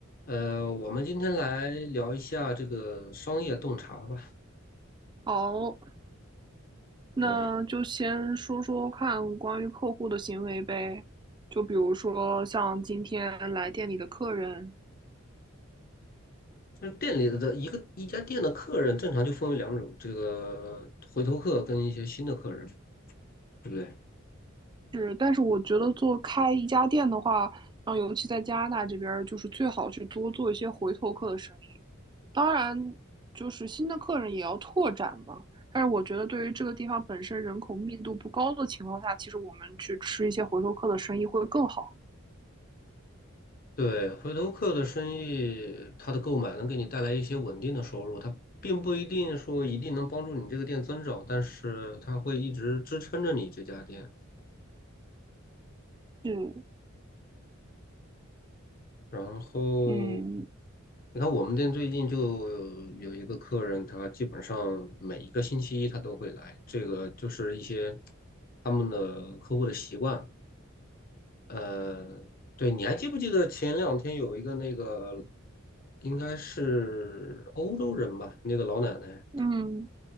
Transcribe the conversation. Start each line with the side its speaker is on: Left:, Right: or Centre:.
Left: 呃，我们今天来聊一下这个商业洞察吧。
Right: 好，那就先说说看关于客户的行为呗。
Left: 对，
Right: 就比如说像今天来店里的客人，
Left: 就是店里的一个一家店的客人，正常就分为两种，这个回头客跟一些新的客人，对不对？
Right: 是，但是我觉得做开一家店的话，像尤其在加拿大这边儿，就是最好去多做一些回头客的生意。当然，就是新的客人也要拓展嘛。但是我觉得，对于这个地方本身人口密度不高的情况下，其实我们去吃一些回头客的生意会更好。
Left: 对，回头客的生意，他的购买能给你带来一些稳定的收入，他并不一定说一定能帮助你这个店增长，但是他会一直支撑着你这家店。
Right: 是，
Left: 然后，
Right: 嗯
Left: 你看我们店最近就有一个客人，他基本上每一个星期一他都会来，这个就是一些他们的客户的习惯。呃，对，你还记不记得前两天有一个那个，应该是欧洲人吧，那个老奶奶，
Right: 嗯。